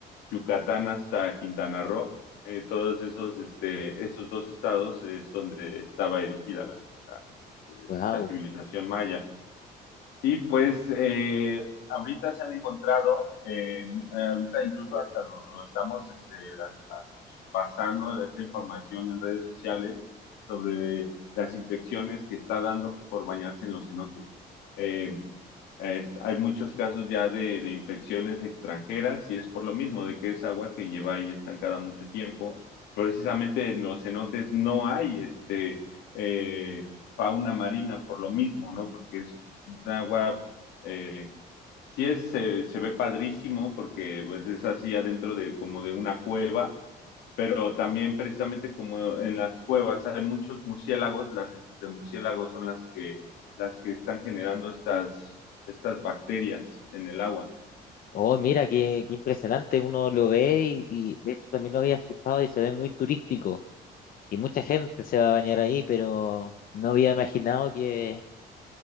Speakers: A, on the left; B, on the left.
A: Yucatán hasta Quintana Roo. Eh, todos esos, este, esos dos estados es donde estaba erigida la, la, eh,
B: <laughs>
A: la civilización maya. Y pues eh, ahorita se han encontrado, eh, ahorita incluso hasta lo, lo estamos este, a- a- pasando esta información en redes sociales sobre las infecciones que está dando por bañarse en los cenotes. Eh, es- hay muchos casos ya de, de infecciones extranjeras y es por lo mismo, de que es agua que lleva ahí estancada mucho tiempo. Precisamente en los cenotes no hay este, eh, fauna marina por lo mismo, ¿no? Porque es agua, eh, sí es, se, se ve padrísimo porque pues es así adentro de como de una cueva, pero también precisamente como en las cuevas hay muchos murciélagos, las heces de murciélagos son las que, las que están generando estas, estas bacterias en el agua.
B: Oh, mira, qué, qué impresionante. Uno lo ve y, y de hecho también lo había escuchado y se ve muy turístico. Y mucha gente se va a bañar ahí, pero no había imaginado que,